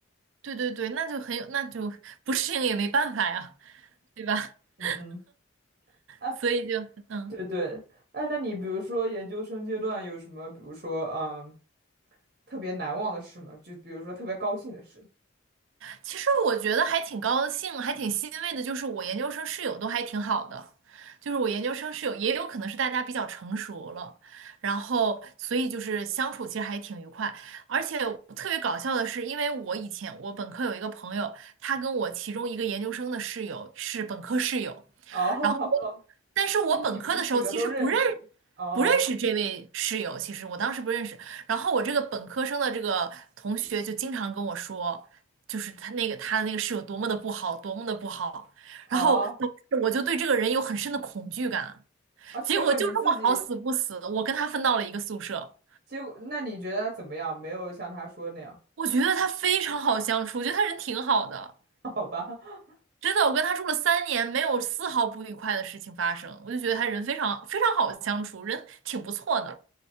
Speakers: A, on the right (about 65°); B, on the right (about 45°).
A: 对对对，那就很有，那就 <laughs> 不适应也没办法呀，对吧？<laughs>
B: 嗯嗯，哎，
A: 所以就嗯。
B: 对对，哎，那你比如说研究生阶段有什么，比如说嗯，特别难忘的事吗？就比如说特别高兴的事。
A: 其实我觉得还挺高兴，还挺欣慰的，就是我研究生室友都还挺好的，就是我研究生室友也有可能是大家比较成熟了，然后所以就是相处其实还挺愉快，而且特别搞笑的是，因为我以前我本科有一个朋友，他跟我其中一个研究生的室友是本科室友。
B: 哦，<laughs>
A: 然后我，但是我本科的时候其实不认
B: 就是你们几个都认识。哦
A: 不认识这位室友，其实我当时不认识。然后我这个本科生的这个同学就经常跟我说，就是他那个他的那个室友多么的不好，多么的不好。
B: 哦
A: 然后导致我就对这个人有很深的恐惧感。
B: 啊，结果你自己，
A: 结果就这么好死不死，我跟他分到了一个宿舍。
B: 结果那你觉得他怎么样？没有像他说那样，
A: 我觉得他非常好相处，我觉得他人挺好的，
B: <laughs> 好吧？<laughs>
A: 真的，我跟他住了三年，没有丝毫不愉快的事情发生，我就觉得他人非常非常好相处，人挺不错的。